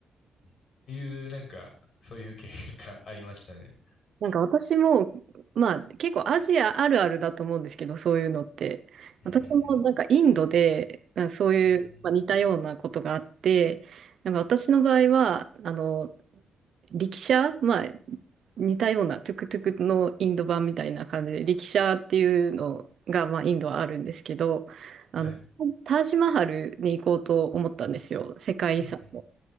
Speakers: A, on the left; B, on the right.
A: っていう、なんか、そういう経験がありましたね。
B: なんか私も、まあ結構アジアあるあるだと思うんですけど、そういうのって。
A: うんうん
B: 私もなんかインドで、あそういう、
A: うん。
B: まあ、似たようなことがあって、なんか私の場合は、あの、力車、まあ似たようなトゥクトゥクのインド版みたいな感じで、力車っていうのが、まあインドはあるんですけど、あの、
A: うん、はい。
B: タージマハルに行こうと思ったんですよ。世界遺産。
A: うんうん